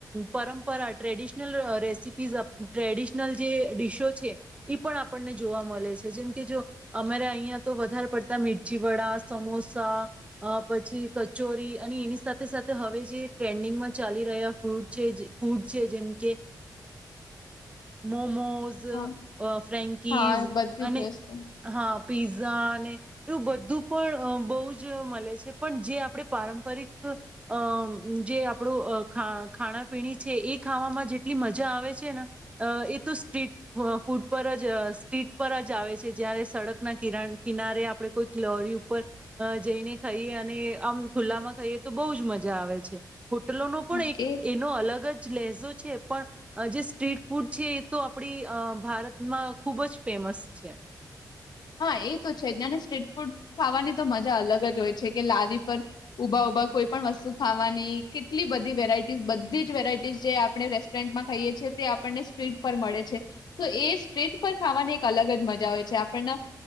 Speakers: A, on the right; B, on the left.
A: પરંપરા ટ્રેડિશનલ રેસીપીઝ ટ્રેડિશનલ જે ડીશો છે એ પણ આપણને જોવા મળે છે. જેમકે જો અમારે અહીંયા તો વધારે પડતા મરચી વડા, સમોસા પછી કચોરી અને એની સાથે સાથે હવે જે ટ્રેન્ડિંગમાં ચાલી રહ્યા ફૂટ છે ફૂડ છે જેમકે મોમો. સ
B: હા
A: ફ્રેકીસ
B: હા બધી
A: અને
B: જ વસ્તુ
A: હા. પીઝા ને એવું બધું પણ બહુ જ મળે છે પણ જે આપણે પારંપરિક. અ જે આપણું ખા ખાણાપીણી છે એ ખાવામાં જેટલી મજા આવે છે ને અ એ તો સ્ટ્રીટ ફૂડ પર જ સ્ટ્રીટ પર જ આવે છે. જયારે સડકના કરા કિનારે આપણે કોઈક લારી ઉપર જઈને ખાઈએ અને આમ ખુલ્લામાં ખાઈએ તો બહુ જ મજા જ આવે છે. હોટલોનો પણ
B: હા,
A: એક
B: એ
A: એનો અલગ જ લેસ પણ જે સ્ટ્રીટ ફૂડ છે એ તો આપડી ભારતમાં ખુબ જ ફેમસ છે.
B: હા એ તો છે નાને સ્ટ્રીટ ફૂડ ખાવાની તો મજા અલગ જ હોય છે કે લારી પર. ઊભા ઉભા કોઈ પણ વસ્તુ. ખાવાની કેટલી બધી વેરાયટીઝ બધી જ વેરાયટીઝ જે આપણે રેસ્ટોરન્ટમાં ખાઈએ છીએ તે આપણને સ્ટ્રીટ પર મળે છે. તો એ સ્ટ્રીટ પર ખાવાની એક અલગ જ મજા હોય છે આપણને.